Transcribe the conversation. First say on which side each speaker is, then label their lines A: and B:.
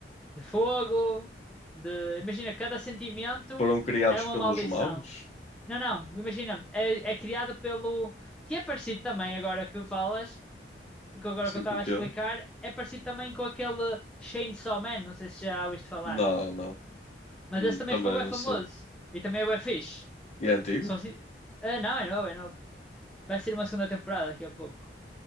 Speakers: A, in the centre; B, on the left.
A: de fogo, de. Imagina, cada sentimento
B: Foram criados
A: é uma
B: pelos
A: maldição.
B: maus?
A: Não, não, imagina, é, é criado pelo. Que é parecido também, agora que falas, que agora
B: Sei
A: que eu estava
B: o que
A: a explicar,
B: é.
A: é parecido também com aquele Chainsaw Man, não sei se já ouviste falar.
B: Não, não.
A: Mas
B: Hum,
A: esse também
B: Também
A: ficou bem
B: não
A: famoso.
B: sei.
A: E também é bem fixe.
B: E é antigo?
A: São assim... Ah, não, é novo, é novo. Vai ser uma segunda temporada daqui a pouco.